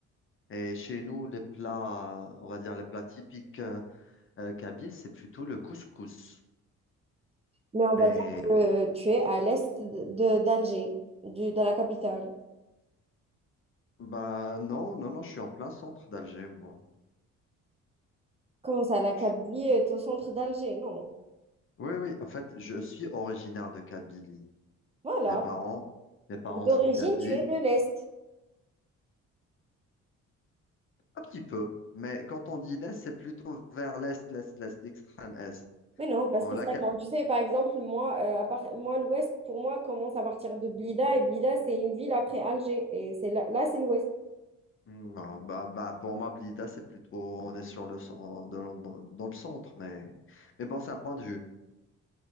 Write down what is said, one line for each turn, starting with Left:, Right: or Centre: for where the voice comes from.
Left: Et chez nous, les plats, euh, on va dire les plats typiques euh, euh, kabyles, c'est plutôt le couscous.
Right: Mais on va
Left: Mais
Right: dire que tu es à l'Est de, de- d'Alger, du- de la capitale.
Left: bah non, non, non, je suis en plein centre d'Alger, moi.
Right: Comment ça, la Kabylie
Left: Je
Right: est au centre d'Alger? Non.
Left: Oui, oui, en fait, je suis originaire de Kabylie.
Right: Voilà.
Left: Mes parents, mes parents
Right: Donc, d'origine,
Left: sont kabyles,
Right: tu es de l'Est.
Left: un petit peu. Mais quand on dit l'Est, c'est plutôt vers l'Est, l'Est, l'Est, l'extrême Est.
Right: Mais non, pas
Left: Bon,
Right: spécialement.
Left: la, Ka-
Right: Tu sais, par exemple, moi, euh, à part- moi l'Ouest, pour moi, commence à partir de Blida. Et Blida, c'est une ville après Alger. Et c'est là, là, c'est l'Ouest.
Left: Hmm, non, bah, bah, pour moi, Blida, c'est plutôt, on est sur le, cen- dans, dans- dans le centre, mais, mais bon, c'est un point de vue.